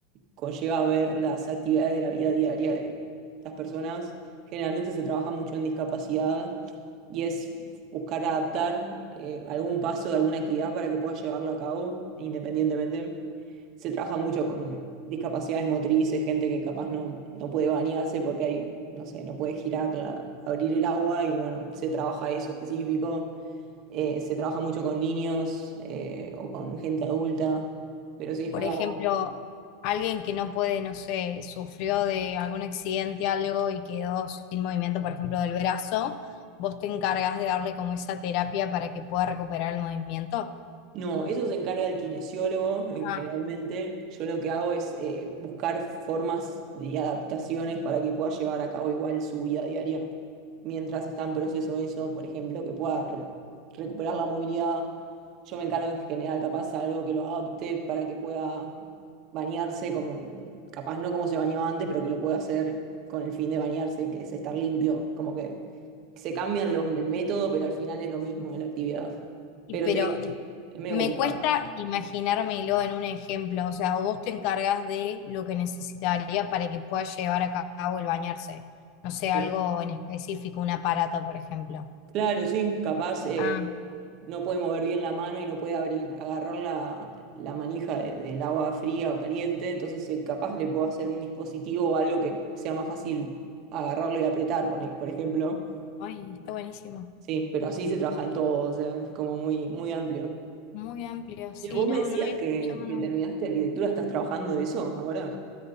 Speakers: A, on the right; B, on the left.
A: conlleva ver las actividades de la vida diaria de las personas. Generalmente se trabaja mucho en discapacidad y es buscar adaptar eh, algún paso de alguna actividad para que puedas llevarlo a cabo independientemente se trabaja mucho con discapacidades motrices, gente que capaz no, no puede bañarse porque hay, no sé, no puede girar, la- abrir el agua y bueno, se trabaja eso específico. Eh, se trabaja mucho con niños eh, o con gente adulta, pero sí es
B: Por
A: como
B: ejemplo, alguien que no puede, no sé, sufrió de algún accidente, algo y quedó sin movimiento, por ejemplo, del brazo, vos te encargas de darle como esa terapia para que pueda recuperar el movimiento.
A: No, eso se encarga el kinesiólogo, en
B: Ah,
A: generalmente. Yo lo que hago es eh, buscar formas y adaptaciones para que pueda llevar a cabo igual su vida diaria. Mientras está en proceso eso, por ejemplo, que pueda re- recuperar la movilidad. Yo me encargo en general, capaz, algo que lo adapte para que pueda bañarse, como, capaz no como se bañaba antes, pero que lo pueda hacer con el fin de bañarse, que es estar limpio. Como que se cambian los, el método, pero al final es lo mismo la actividad.
B: Y-
A: Pero
B: Pero
A: sí. Es medio
B: me
A: complicado.
B: cuesta imaginármelo en un ejemplo, o sea, o vos te encargas de lo que necesitaría para que pueda llevar a cabo el bañarse, no sé,
A: Cl-
B: algo en específico, un aparato, por ejemplo.
A: Claro, sí, capaz eh,
B: ah.
A: no, no puede mover bien la mano y no puede abrir, agarrar la, la manija de- del agua fría o caliente, entonces eh, capaz le puedo hacer un dispositivo o algo que sea más fácil agarrarlo y apretar, pone- por ejemplo.
B: Ay, está buenísimo.
A: Sí, pero así se trabaja en todo, o sea, es como muy, muy amplio.
B: Muy amplio, sí,
A: Y vos
B: no,
A: me decías
B: no había
A: que,
B: escuchado
A: que
B: nunca.
A: terminaste arquitectura, ¿estás trabajando de eso ahora?